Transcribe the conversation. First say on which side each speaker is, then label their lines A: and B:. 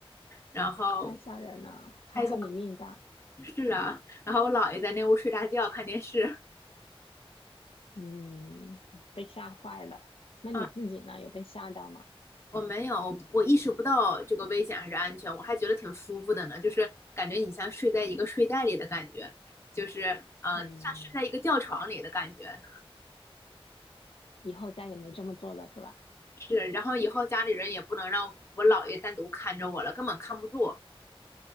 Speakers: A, on the left (about 25°); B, on the left (about 65°).
A: 然后
B: 太吓人了，还好你命大，
A: 看一下是啊，然后我姥爷在那屋睡大觉看电视。
B: 嗯，被吓坏了。那你自己呢？
A: 啊，
B: 有被吓到吗？
A: 我没有，我意识不到这个危险还是安全，我还觉得挺舒服的呢，就是感觉你像睡在一个睡袋里的感觉，就是嗯，
B: 嗯，
A: 像睡在一个吊床里的感觉。
B: 以后再也没这么做了，是吧？
A: 是，然后以后家里人也不能让我姥爷单独看着我了，根本看不住。